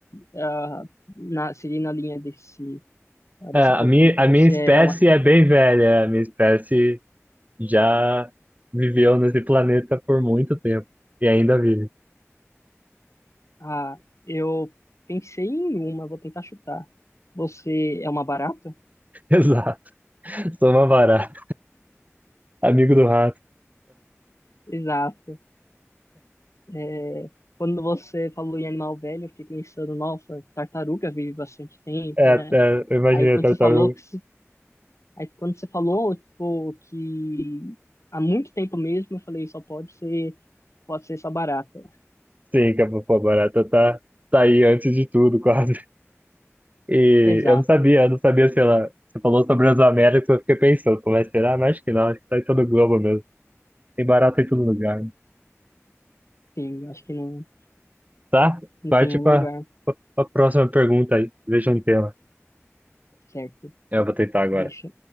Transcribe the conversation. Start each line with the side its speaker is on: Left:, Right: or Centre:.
Left: Ah, na, seria na linha desse, ah, dessa
Right: É, a
Left: pergunta.
Right: minha, a
Left: Você
Right: minha espécie
Left: é uma.
Right: é bem velha. A minha espécie já viveu nesse planeta por muito tempo e ainda vive.
Left: Ah, eu pensei em uma, vou tentar chutar. Você é uma barata?
Right: <laughs> Exato. Sou uma barata, amigo do rato.
Left: Exato. É, quando você falou em animal velho, eu fiquei pensando, nossa, tartaruga vive bastante tempo,
Right: É,
Left: né?
Right: é, eu imaginei
Left: Aí quando
Right: a tartaruga.
Left: você falou que se- aí quando você falou, tipo, que há muito tempo mesmo, eu falei, só pode ser, pode ser essa barata.
Right: Sim, que a pô, a barata tá, tá aí antes de tudo, <laughs> quase. E
Left: Exato.
Right: eu não sabia, eu não sabia se ela. Você falou sobre as Américas, eu fiquei pensando, como é que será? Mas acho que não, acho que tá em todo o globo mesmo. Tem barata em todo lugar. né?
Left: Sim, eu acho que não,
Right: Tá?
Left: não
Right: Parte
Left: tem um
Right: para
Left: lugar
Right: a próxima pergunta aí. Veja um tema.
Left: certo.
Right: Eu vou tentar agora.
Left: Deixa.